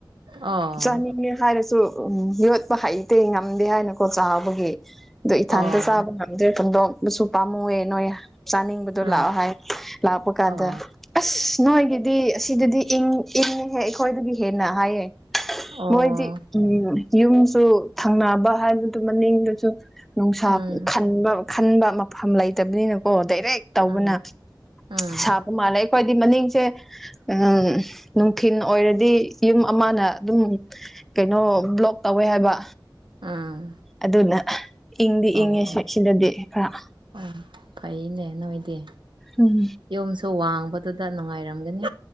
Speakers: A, on the right; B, in the centre.
A: ꯑꯣ
B: ꯆꯥꯅꯤꯡꯅꯦ ꯍꯥꯏꯔꯁꯨ ꯎꯝ ꯌꯣꯠꯄ ꯍꯩꯇꯦ ꯉꯝꯗꯦ ꯍꯥꯏꯅꯀꯣ ꯆꯥꯕꯒꯤ ꯑꯗꯣ ꯏꯊꯟꯇ
A: ꯑꯣ
B: ꯆꯥꯕ ꯍꯨꯟꯗꯣꯛꯇꯧꯁꯨ ꯄꯥꯝꯃꯨꯑꯦ ꯅꯣꯏ ꯆꯥꯅꯤꯡꯕꯗꯣ
A: ꯎꯝ
B: ꯂꯥꯛꯑꯣ ꯍꯥꯏ ꯂꯥꯛꯄ ꯀꯥꯟꯗ
A: ꯑꯣ
B: ꯑꯁ ꯅꯣꯏꯒꯤꯗꯤ ꯑꯁꯤꯗꯗꯤ ꯏꯪ ꯏꯪꯉꯦ ꯑꯩꯈꯣꯏꯗꯒꯤ ꯍꯦꯟꯅ ꯍꯥꯏꯌꯦ
A: ꯑꯣ
B: ꯃꯣꯏꯗꯤ ꯎꯝ ꯌꯨꯝꯁꯨ ꯊꯪꯅꯕ ꯍꯥꯏꯕꯗꯨ ꯃꯅꯤꯡꯗꯨꯁꯨ ꯅꯨꯡꯁꯥ
A: ꯎꯝ
B: ꯈꯟꯕ ꯈꯟꯕ ꯃꯐꯝ ꯂꯩꯇꯕꯅꯤꯅꯀꯣ ꯑꯗꯩ ꯍꯦꯛ ꯇꯧꯕꯅ
A: ꯎꯝ ꯎꯝ
B: ꯁꯥꯕ ꯃꯥꯜꯂꯦ ꯍꯣꯏꯗꯤ ꯃꯅꯤꯡꯁꯦ ꯑꯥ ꯅꯨꯡꯊꯜ ꯑꯣꯏꯔꯗꯤ ꯌꯨꯝ ꯑꯃꯅ ꯑꯗꯨꯝ ꯀꯩꯅꯣ ꯕ꯭ꯂꯣꯛ ꯇꯧꯋꯦ ꯍꯥꯏꯕ
A: ꯎꯝ
B: ꯑꯗꯨꯅ ꯏꯪꯗꯤ
A: ꯑꯣ
B: ꯏꯪꯉꯦ
A: ꯑꯣ
B: ꯁꯦꯛꯁꯤꯗꯗꯤ ꯈꯔ
A: ꯑꯣ ꯐꯩꯅꯦ ꯅꯣꯏꯗꯤ
B: ꯎꯝ
A: ꯌꯨꯝꯁꯨ ꯋꯥꯡꯕꯗꯨꯗ ꯅꯨꯡꯉꯥꯏꯔꯝꯒꯅꯤ